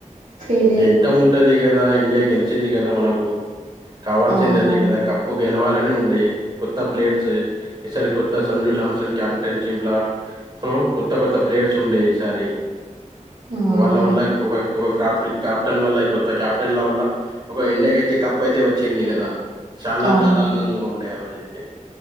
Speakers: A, on the right; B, on the right.
A: ఫీలింగ్
B: ఎగదమ్ ఉంటది కదా ఇండియా గెలిచింది కదా మనకు కావాల్సింద
A: అవునవును
B: అదే కదా కప్పు గెలవాల ఉండే కొత్త ప్లేయర్స్ ఈసారి కొత్త సంజూ శామ్సన్ కెప్టెన్ షిప్లా కొత్త కొత్త ప్లేయర్స్ ఉండే ఈసారి
A: అవును
B: వల్ల వల్ల క్లూ హ్యాపీ క్యాప్టెన్ వల్ల ఈ కొత్త క్యాప్టెన్ల వల్ల ఒక ఇండియాకి అయితే కప్ అయితే వచ్చింది కదా చాలా
A: అవును
B: చాలా ఆనందంగా ఉండే ఆ రోజు అయితే.